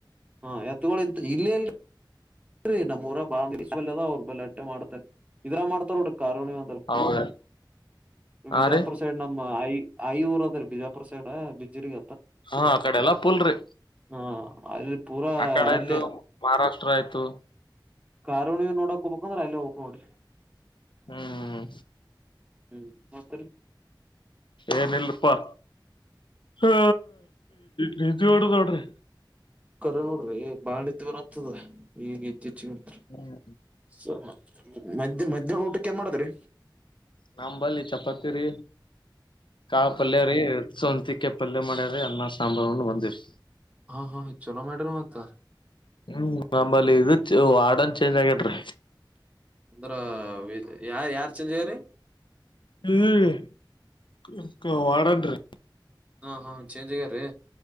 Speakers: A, on the right; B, on the left.
A: ಹಾ ಎತ್ಗುಳ್ ಇಲ್ಲೆಲ್ ೀ ನಮ್ಮೂ ಊರಾಗ್ <unintelligible> ಅವ್ರ ಬಲಾಟ್ಟೆ ಮಾಡ್ತಾರೆ ಇದ್ರಾಗ ಮಾಡ್ತಾರ ನೋಡ್ರಿ ಕಾರುಣಿವಿ ಅಂದ್ರ
B: ಹೌದ
A: ಬಿಜಾಪುರ್
B: ಹಾ ರೀ
A: ಸೈಡ್ ನಮ್ಮ ಆಯಿ ಆಯಿ ಊರ್ ಅದ್ರೀ ಬಿಜಾ ಪುರ ಸೈಡ್ ಬಿಜ್ಜಿರ್ಗೀ
B: ಹಾ ಆ ಕಡೆ ಎಲ್ಲ ಪುಲ್ರಿ
A: ಹ ಅಲ್ಲಿ ಪೂರಾ
B: ಆ ಕಡೆ ಆಯ್ತು
A: ಅಲ್ಲೇ
B: ಮಹಾರಾಷ್ ಷ್ಟ್ರ ಆಯಿತು
A: ಕಾರುಣುವಿ ನೋಡಾಕ್ ಹೋಗ್ಬೇಕ್ ಅಂದ್ರ ಅಲ್ಲೇ ಹೋಗ್ಬೇಕ್ ನೋಡ್ರಿ
B: ಹ್ಮ್
A: ಹ್ಮ್ ಮತ್ತರಿ
B: ಏನಲ್ರಿ ಪಾ ಹಾ ನಿದ್ದಿ ಮಾಡೂದ್ ನೋಡ್ರಿ
A: ಕರೆ ನೋಡ್ರಿ ಬಾಳಿ ನಿದ್ದಿ ಬರತ್ತದ ಈಗ ಇತ್ತೀಚೆಗಂತ್ರು
B: ಹ್ಮ್
A: ಸ ಮದ್ಯಾ ಮಧ್ಯಾಹ್ನ ಊಟಕ್ಕೆ ಏನ್ ಮಾಡತ್ರಿ
B: ನಮ್ ಬಲ್ಲಿ ಚಪಾತಿ ರೀ ಕಾಳ ಪಲ್ಯ ರೀ ಸೊಂತಿ ಕಾಯ್ ಪಲ್ಯ ಮಾಡ್ಯರೀ ಅನ್ನ ಸಾಂಬಾರ ಉಂಡು ಬಂದೆವ್ರೀ
A: ಹಾ ಹಾ ಚಲೋ ಮಾಡ್ರಿ ಮತ್ತ
B: ಹ್ಮ್ ನಮ್ಮಲ್ಲಿ ಇದು ವಾರ್ಡನ್ ಚೇಂಜ್ ಆಗ್ಯಾನ್ರೀ
A: ಅಂದ್ರ ಯಾ ಯಾರ್ ಚೆಂಜ್ ಆಗ್ಯಾರೀ
B: ಹ್ಮ್ ವಾರ್ಡನ್ರೀ
A: ಹಾ ಹಾ ಚೇಂಜ್ ಅಗ್ಯಾರ್ರೀ